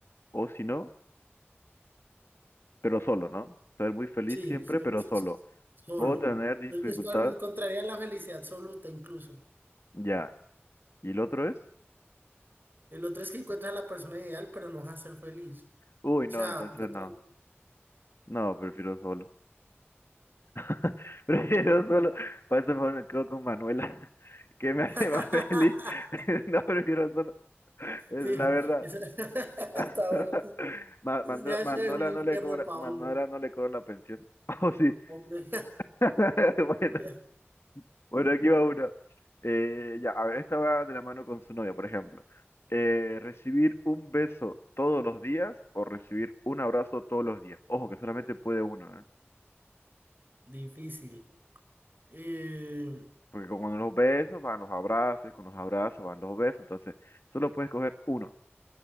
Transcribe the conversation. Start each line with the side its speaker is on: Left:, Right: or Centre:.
Left: o si no, pero solo, ¿no? Ser muy feliz
Right: Sí,
Left: siempre,
Right: se-
Left: pero
Right: se-
Left: solo.
Right: se- solo.
Left: Puedo tener dificultades
Right: Es- Encontrarías la felicidad absoluta incluso.
Left: Ya. ¿Y el otro es?
Right: El otro es que encuentras a la persona ideal, pero no vas a ser feliz.
Left: Uy,
Right: O
Left: no,
Right: sea,
Left: entonces
Right: encontrar-
Left: no. No, prefiero solo. <laughs> Prefiero solo. Para eso mejor me quedo con Manuela, <laughs> que me hace
Right: <laughs>
Left: más feliz. <laughs> No, prefiero solo. Es
Right: sí,
Left: La verdad.
Right: eso- <laughs>
Left: <laughs>
Right: está bueno.
Left: Ma- Manuela,
Right: Ya
Left: Manuela
Right: eso es un infierno,
Left: no le cobra,
Right: Paulo.
Left: Manuela no le cobra la pensión. <laughs> Oh, sí.
Right: Hombre.
Left: <laughs> Bueno.
Right: <laughs>
Left: Bueno, aquí va una. Eh, ya, a ver, esta va de la mano con su novia, por ejemplo. Eh, ¿recibir un beso todos los días o recibir un abrazo todos los días? Ojo, que solamente puede uno, ¿eh?
Right: Difícil. Eh,
Left: Porque con- con los besos van los abrazos, y con los abrazos van los besos, entonces solo puedes coger uno.